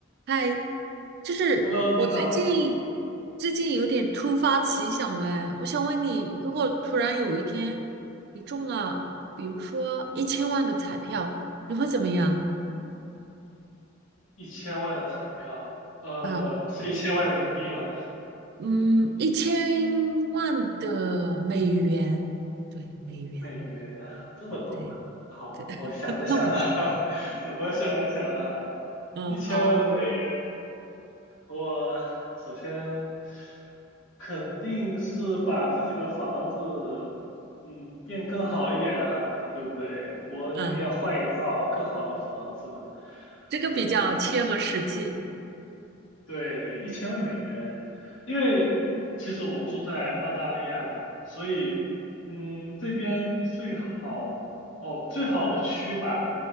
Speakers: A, on the right (about 55°); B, on the left (about 80°).
A: 嗨，就是我最近
B: Hello，你好，
A: 最近有点突发奇想哎，我想问你，如果突然有一天你中了，比如说一千万的彩票，你会怎么样？
B: 一千万的彩票，呃，
A: 啊，
B: 是一千万人民币吗？
A: 嗯，一千万的美元，对，美元，
B: 美元啊，这么多啊！
A: 对
B: 好，
A: 对，<laughs>
B: 我想一想啊，
A: 那么，
B: <laughs> 我想一想啊，
A: 嗯，
B: 一千万的美元，
A: 好，
B: 我首先肯定是把自己的房子，嗯，变更好一点啊，对不对？我肯定要换一套更好的房子嘛，
A: 嗯，这个比较切合实际，
B: 呃，对，一千万美元，因为其实我住在澳大利亚嘛，所以嗯，
A: 嗯，
B: 这边最好哦，最好的区吧，